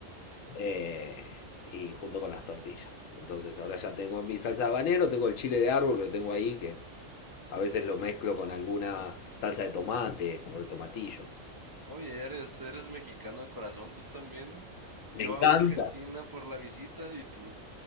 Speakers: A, on the left; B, on the right.
A: eh, y junto con las tortillas. Entonces ahora ya tengo mi salsa de habanero, tengo el chile de árbol que lo tengo ahí, que a veces lo mezclo con alguna salsa de tomate o de tomatillo.
B: Oye, eres, eres mexicano de corazón, tú también, ¿eh?
A: Me
B: Yo
A: encanta.
B: amo Argentina por la visita y tú